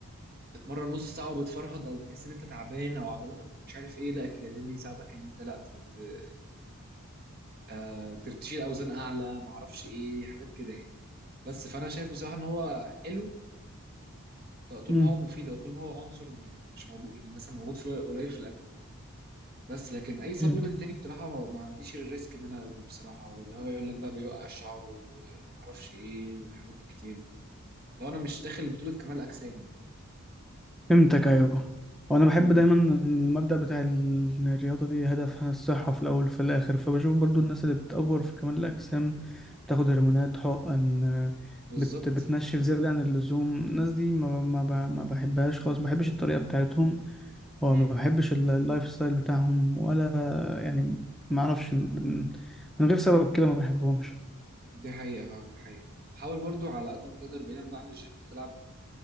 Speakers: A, on the right; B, in the centre.
A: تتمرن نص ساعه وبتفرهد او بتحس ان انت تعبان او عضلاتك مش عارف ايه لا الكرياتين بيساعدك ان انت لا ت- ت- آه، تشيل اوزان اعلى ما اعرفش ايه حاجات كده يعني بس فانا شايف بصراحه ان هو حلو طول
B: مم.
A: ما هو مفيد او طول ما هو عنصر مش موجود يعني مثلا موجود في قليل في الاكل بس لكن اي سبلمنت
B: فهمتك
A: تاني بصراحه ما ما عنديش الريسك ان انا اخده بصراحه اللي هو يقول لك بقى بيوقع الشعر وما اعرفش ايه والحاجات الكتير دي لو انا مش داخل بطوله كمال اجسام يعني
B: فهمتك ايوه وانا بحب
A: امم
B: دايما المبدأ بتاع ال- ان الرياضه دي هدفها الصحه في الاول وفي الاخر فبشوف برضو الناس اللي بتأفور في كمال الاجسام بتاخد هرمونات حقن آه،
A: بالظبط
B: بت بتنشف زيادة عن اللزوم الناس دي ما ما ب- ما بحبهاش خالص ما بحبش الطريقة بتاعتهم وما
A: مم.
B: بحبش ال- اللايف ستايل بتاعهم ولا يعني ما اعرفش من من من غير سبب كده ما بحبهمش
A: دي حقيقة فعلا دي حقيقة حاول برضو على قد ما تقدر بعيدا بقى عن الجيم تلعب